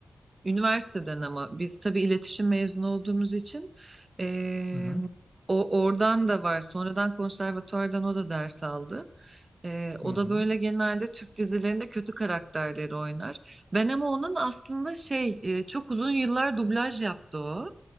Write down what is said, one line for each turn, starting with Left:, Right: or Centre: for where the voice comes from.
Right: üniversiteden ama biz tabii iletişim mezunu olduğumuz için eee,
Left: Hı hı.
Right: o oradan da var. Sonradan konservatuvardan o da ders aldı. Eee, o
Left: Hı hı.
Right: da böyle genelde Türk dizilerinde kötü karakterleri oynar. Ben ama onun aslında şey eee, çok uzun yıllar dublaj yaptı o.